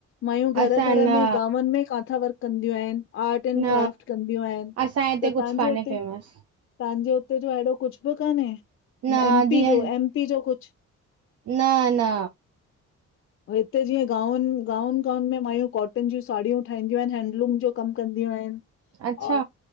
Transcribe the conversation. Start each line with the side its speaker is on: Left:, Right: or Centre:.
Left: मायूं घर
Right: असां
Left: घर
Right: न
Left: में गांवन में काथां वर्क कंदियूं आहिन। आर्ट ऐंड
Right: न
Left: क्राफ्ट कंदियूं आहिन।
Right: असांजे हिते
Left: त तहांजे
Right: कुझु कान्हे
Left: हुते
Right: फेमस
Left: तहांजे हुते जो अहिड़ो कुछ बि कान्हे?
Right: न
Left: एमपी
Right: जीअं
Left: जो एमपी जो कुछ?
Right: न न
Left: हिते जीअं गाऊन गाऊन गाउन में मायूं कॉटन जूं साड़ियूं ठाहीदियूं आहिन। हैंडलूम जो कम कदियूं आहिन
Right: अच्छा
Left: औ